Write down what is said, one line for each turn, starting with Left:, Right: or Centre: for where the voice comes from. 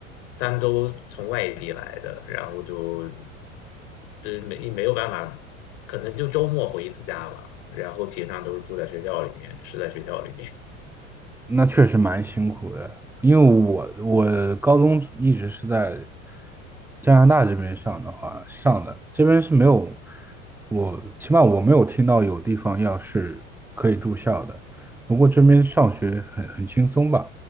Left: 他们都从外地来的，然后就对没没有办法，可能就周末回一次家吧，然后平常都是住在学校里面，吃在学校里面。
Centre: 那确实蛮辛苦的，因为我我高中一直是在加拿大这边上的话上的，这边是没有我起码我没有听到有地方要是可以住校的。不过这边上学很很轻松吧，